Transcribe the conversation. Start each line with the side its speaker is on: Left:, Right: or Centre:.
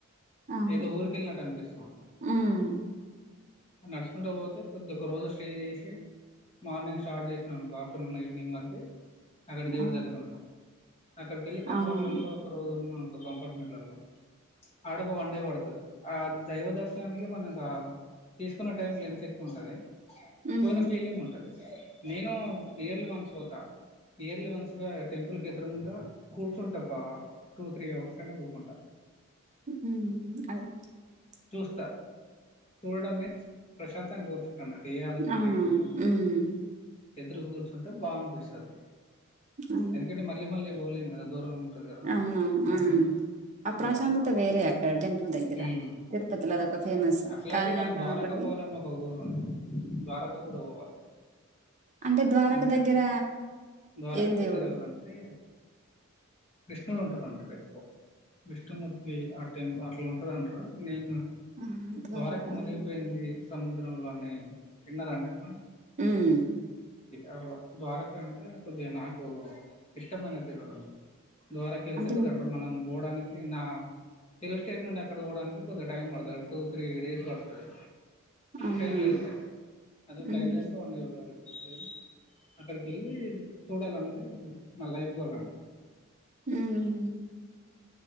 Right: అవును
Left: ఏదో ఊరికెళ్ళినట్టు అనిపిస్తా ఉంటది.
Right: హ్మ్
Left: నడుచుకుంట పోతే కొద్ది ఒక రోజు స్టే చేషి మార్నింగ్ స్టార్ట్ చేసినవనుకో ఆఫ్టర్నూన్ ఈవినింగ్ వరకి అక్కడి దేవుడి
Right: అవు
Left: దగ్గర ఉంటాం. అక్కడికెల్లి కంఫార్ట్లల్లో
Right: అవునవును
Left: ఒక రోజు ఉన్నానుకో కంఫార్ట్మెంట్లల్లో ఆడొక వండే పడుతది ఆ దైవ దర్శనానికి మనకా తీసుకున్న టైం లెంత్ ఎక్కువుంటది
Right: హ్మ్
Left: పోయిన ఫీలింగ్ ఉం నేనూ ఇయర్లీ వన్స్ పోతా. ఇయర్లీ వన్స్ బోయ్ టెంపుల్ కెదురుంగా కూర్చుంట ఒకా టూ త్రీ అవర్స్ అయినా కూకుంట.
Right: <unintelligible>
Left: చూస్త చూడడం మీన్స్ ప్రశాంతంగ కూర్చుంటన్నట్టు ఏ ఆలోచన
Right: అవునవును
Left: లేకుండా
Right: హ్మ్
Left: ఎదురుగా గూర్చుంటే బా అనిపిస్తది.
Right: అవును
Left: ఎందుకంటే మళ్ళీ మళ్ళీ పోలేం గదా దూరం ఉంటది కదా
Right: అవునవును
Left: ఆ
Right: <unintelligible>
Left: టెంపుల్
Right: ఆ ప్రశాంతత
Left: అలా
Right: వేరే అక్కడ టెంపుల్ దగ్గర
Left: ఉమ్
Right: తిరుపతిలదొక ఫేమస్ <unintelligible>
Left: అట్లాగే నాకు
Right: ఒకటి
Left: <unintelligible> ఒక గోల్ ఉండే ద్వారకా గూడ పోవాలి.
Right: అంటే ద్వారక
Left: ఇంకా
Right: దగ్గర
Left: ద్వారక
Right: ఏం
Left: దగ్గరెవరంటే
Right: దేవుడు
Left: కృష్ణుడుంటరంటరు ఎక్కో విష్ణుమూర్తి ఆ టైం అట్లా ఉంటదంట నేను
Right: ఆ
Left: ద్వారక
Right: అవును.
Left: మునిగిపేయింది సముద్రంలో అనీ విన్నరా అండి ఎప్పుడన్న.
Right: ఉమ్
Left: అట్లా ద్వారకా అంటే కొద్దిగ నాకూ ఇష్టమైన దేవుడన్నట్టు. ద్వారకెళ్తే
Right: అంటే
Left: కొద్దిగటు
Right: మీ
Left: మనం బోడాని కి నా తెలుగు స్టేట్ నుండి అక్కడ పోడానికి కొద్దిగ టైం పడుతది టూ త్రీ డేస్ పడుతది.
Right: అవునా
Left: ట్రైన్ లో ఎళ్తే అదే
Right: హ్మ్
Left: ఫ్లైట్ లో ఎళ్తే వన్ అవర్ లో ఎళ్పోచు అక్కడికెళ్ళి చూడాలనేది నా లైఫ్ గోలండి.
Right: ఉహూ